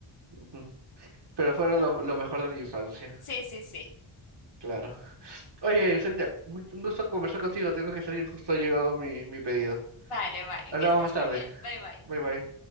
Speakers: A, on the right (about 55°); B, on the left (about 80°).
A: Ujú. Pero fueron lo, lo mejor de la infancia,
B: sí, sí, sí.
A: claro. Oye, Celia, un un gusto conversar contigo. Tengo que salir, justo ha llegado mi, mi pedido.
B: Vale, vale.
A: Hablamos
B: Que estés
A: más tarde.
B: muy bien. Bye, bye.
A: Bye bye.